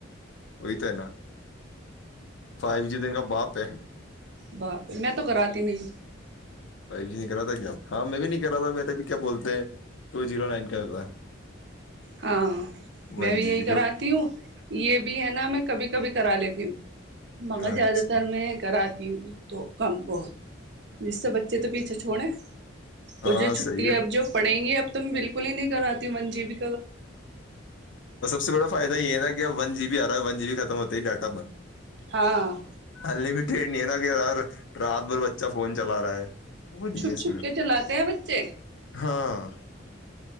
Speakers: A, on the left; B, on the right.
A: وہی تو ہے نا فائیو جی دن کا باپ ہے
B: با پ میں تو کراتی نہیں
A: فائیو جی نہیں کرا تھا کیاپ ہاں میں بھی نہیں کرا تھا میںیرےبھی کیا بولتے ٹو زیرو نائن کا ہوتا ہے
B: ہاں میں
A: ون
B: بھی
A: جی
B: یہی
A: بی
B: کراتی
A: جو
B: ہوں یہ بھی ہے نا میں کبھی کبھی کرا لیتی ہوں مگر
A: اچھا
B: زیادہ تر میں کراتی ہوں تو کم بہت جس سے بچے تو پیچھے چھوڑے
A: ہاں
B: اور جو چھٹی
A: صحیح
B: ہے اب جو پڑیں گی اب تو بالکل ہی نہیں کراتی ون جی بیی
A: اور سب سے بڑا فائدہ یہ نا کہ ون جی بی آ رہا ہے ون جی بیی ختم ہوتے ہی ڈاٹا بند
B: ہاں
A: انلمیٹیڈ نہیں ہے نا کہ ار رات بھر بچہ فون چلا رہا ہے وہ نہیں
B: چھپ
A: ہے اس
B: چھپ
A: میں
B: کے چلاتے ہیں بچے
A: ہاں